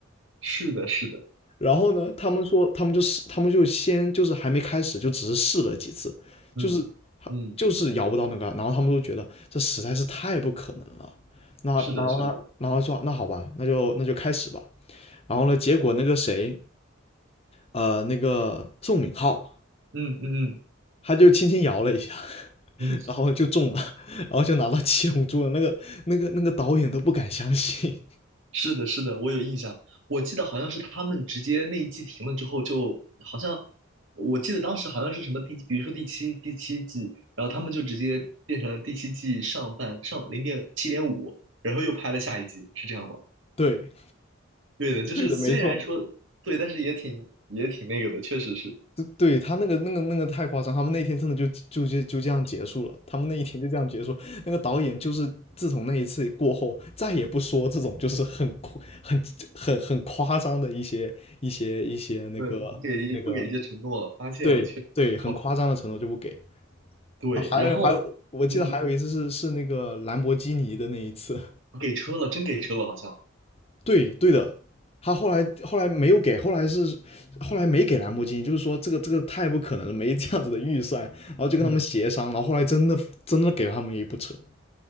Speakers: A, on the right; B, on the left.
A: 是的，是的，
B: 然后呢，他们说，他们就是他们就先就是还没开始，就只是试了几次，
A: 嗯嗯，
B: 就是就是摇不到那个，然后他们都觉得这实在是太不可能了。那然后呢，
A: 是的，是的，
B: 然后说那好吧，那就那就开始吧。然后呢，结果那个谁，呃那个宋敏浩，
A: 嗯嗯
B: 他就轻轻摇了一下，<laughs>
A: 嗯嗯，
B: 然后就中了，<laughs> 然后就拿到七龙珠了。那个那个那个导演都不敢相信，
A: 是的，是的，我有印象，我记得好像是他们直接那一季停了之后就，好像我记得当时好像是什么第，比如说第七第七季，然后他们就直接变成了第七季上半上零点七点五，然后又拍了下一季，是这样吗？
B: <laughs> 对
A: 对的，就是虽然说对，
B: 对的，没错，
A: 但是也挺也挺那个的，确实是，
B: 对对他那个那个那个太夸张，他们那天真的就就就就这样结束了，他们那一天就这样结束。那个导演就是自从那一次过后，再也不说这种就是很夸 <laughs> 很很很夸张的一些一些一些那个那个。
A: 对，不给一不给一些承诺了，发现了，
B: 对对，
A: 确实不好，
B: 很夸张的承诺就不给。
A: 对，
B: 啊，还有还有，
A: 然后
B: 我记得还有一次是是那个兰博基尼的那一次，
A: 嗯，给车了，真给车了，好像，
B: <laughs> 对对的，他后来后来没有给，后来是后来没给兰博基尼，就是说这个这个太不可能了，没这样子的预算，然后就跟他们协商，
A: 嗯，
B: 然后后来真的真的给了他们一部车，